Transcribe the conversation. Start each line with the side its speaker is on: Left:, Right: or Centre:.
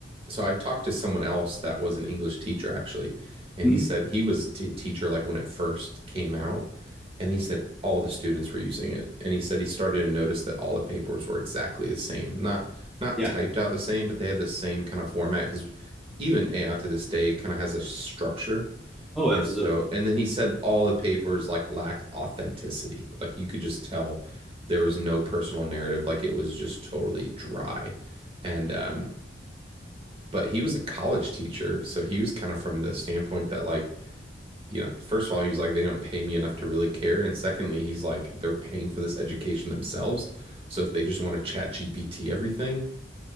Right: so I talked to someone else that was an English teacher actually, and
Centre: hmm
Right: he said he was t teacher like when it first came out, and he said all the students were using it, and he said he started to notice that all the papers were exactly the same, not not
Centre: Yeah.
Right: typed out the same, but they had the same kind of format because even AI to this day kind of has a structure
Centre: Oh,
Right: and
Centre: absolutely.
Right: so, and then he said all the papers like lacked authenticity. Like you could just tell there was no personal narrative. Like it was just totally dry. And, um, but he was a college teacher. So he was kind of from the standpoint that, like, you know, first of all, he was like, they don't pay me enough to really care. And secondly, he's like, they're paying for this education themselves. So if they just want to chat GPT everything,